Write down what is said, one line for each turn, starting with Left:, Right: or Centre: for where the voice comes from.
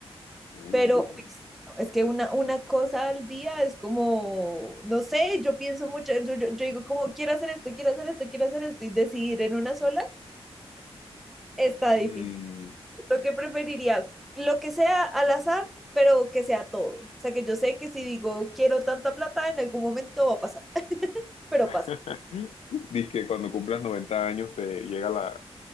Left: Uh.
Centre: Pero uy, sí, no, es que una, una cosa al día es como, no sé, yo pienso mucho, yo, yo- yo digo como quiero hacer esto, quiero hacer esto, quiero hacer esto y decidir en una sola está
Left: Mm.
Centre: difícil. Lo que preferiría, lo que sea al azar, pero que sea todo. O sea, que yo sé que si digo quiero tanta plata, en algún momento va a pasar, pero pasa,
Left: <laughs> Dice que cuando cumplas 90 años te llega la,